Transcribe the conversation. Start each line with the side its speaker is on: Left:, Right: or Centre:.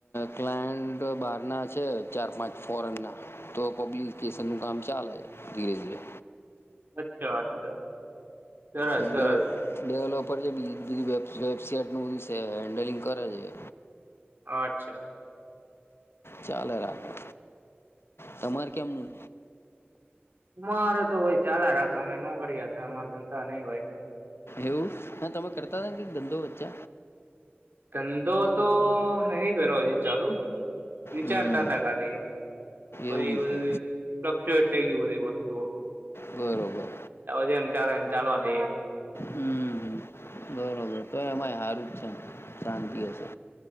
Left: ક્લાયન્ટ બાર ના છે. ચાર પાંચ ફોરેનના તો પબ્લિકેશનનું કામ ચાલે ધીરે ધીરે.
Right: અચ્છા અચ્છા. સરસ
Left: એક
Right: સરસ
Left: ડે ડેવલોપર છે બી વેબસાઇટ નું. તે હેન્ડલિંગ કરે છે.
Right: અચ્છા.
Left: ચાલે રાખે. તમારે કેમનું
Right: અમારે તો હોય. ચાલા રાતો અમે નો કરીયા હતા આમા ધંધા નહી હોય.
Left: એવું હ તમે કરતા હતા ને કક ધંધો વચ્ચે.
Right: ધંધો તો નહી કરો હજી ચાલુ. વિચારતા
Left: હમ
Right: તા કા ને પહી
Left: એવું
Right: બધું
Left: છે
Right: ટોક્યૂટ થાય ગયું બ તે વસ્તુઓ
Left: બરોબર
Right: જ એમ ચાલ એમ ચાલવા તે
Left: હમ બરોબર તો એમાંય હારું જ છે શાંતિ હશે